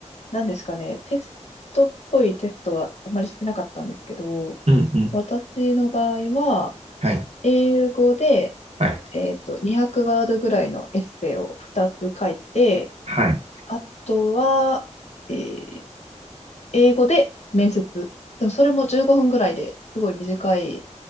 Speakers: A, on the left; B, on the right.
A: なんですかね、テストっぽいテストはあんまりしてなかったんですけど、
B: うんうん。
A: 私の場合は、
B: はい。
A: 英語で、
B: はい。
A: えっと、200ワードぐらいのエッセイを2つ書いて、
B: はい。
A: あとは、えー英語で面接。でもそれも15分ぐらいで、すごい短い